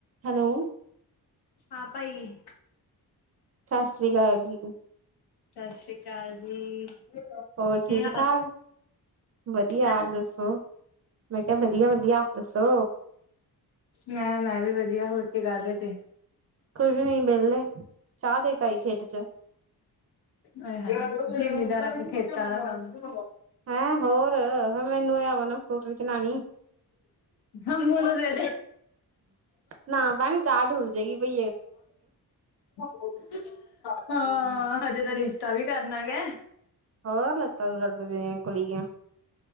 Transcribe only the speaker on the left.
ਹਾਂ ਭਾਈ
ਸਤਿ ਸ੍ਰੀ ਅਕਾਲ ਜੀ
ਕੀ
ਹਾਲ
ਹੈ।
ਮੈਂ ਮੈਂ ਵੀ ਵਧੀਆ ਹੋਰ ਕੀ ਕਰ ਰਹੇ ਤੇ
ਆਏਹਏ ਜ਼ਿਮੀਦਾਰਾਂ ਖੇਤਾਂ ਵਾਲਾ ਕਮ
ਹੰ ਬੂਨਦੇ
ਹਾਂ ਹਜੇ ਤ ਰਿਸ਼ ਤਾ ਵੀ ਕਰਨਾ ਕੀਆ